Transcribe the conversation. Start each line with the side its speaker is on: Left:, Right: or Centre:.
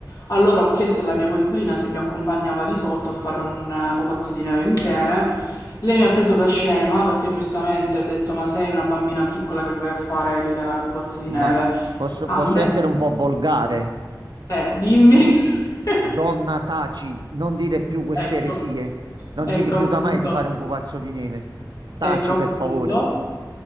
Left: Allora ho chiesto alla mia coinquilina se mi accompagnava di sotto a fare un eh, pupazzo di neve insieme. Lei mi ha preso per scema perché giustamente ha detto: Ma sei una bambina piccola che vai a fare il eh, pupazzo di
Right: ma
Left: neve?
Right: posso,
Left: A
Right: posso
Left: me,
Right: essere un po' volgare.
Left: eh, dimmi. <laughs>
Right: Donna, taci, non dire più queste
Left: Ecco,
Right: eresie. Non
Left: ecco
Right: si rifiuta
Left: appunto,
Right: mai di fare un pupazzo di neve. Taci,
Left: ecco appunto.
Right: per favore.